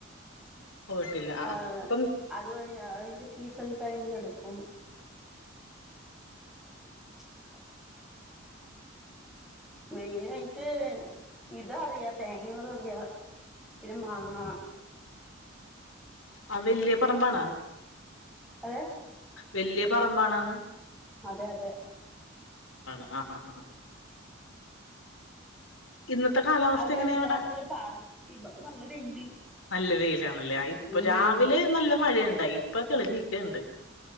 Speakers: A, on the left (about 80°); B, in the centre.
A: പോയിട്ടില്ല ആ
B: ആഹ്
A: ആ അപ്പം
B: അത് അതിന്റെ സീസ ഈ ടൈമിലെടുക്കും. <inaudible> മെയിനായിട്ട് ഇതറിയാ തേങ്ങള്ളതറിയാ. പിന്നെ മാങ്ങ
A: അ വല്യ പറമ്പാണാ?
B: അതെ
A: വല്യ പറമ്പാണാന്ന്?
B: അതെ അതെ
A: അ അ അ ഇന്നത്തെ കാലാവസ്ഥ
B: അവര്
A: എങ്ങനെയ
B: എല്ലാത്തിലും
A: അ വിടെ
B: പാതി ഇവിടെ നല്ല വെയില്
A: നല്ല വെയിലാണല്ലേ ഇപ്പൊ
B: ഉം
A: രാവിലെ നല്ല മഴയുണ്ട് ഇ ഇപ്പോ കിളിച്ച്ക്കണ്ട്